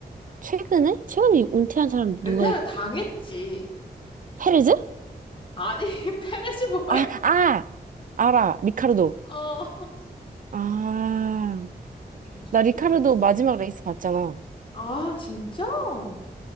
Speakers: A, on the right; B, on the left.
A: 최근에? 최근에 은퇴한 사람 누가
B: 은퇴를
A: 있...
B: 당했지.
A: 페레즈?
B: 아니, <laughs> 페렛이 뭐야?
A: 아, 아! 알아. 리카르도.
B: 어.
A: 아,
B: 이렇게 좀 슬프게
A: 나 리카르도
B: 됐어.
A: 마지막 레이스 봤잖아.
B: 아, 진짜? 응,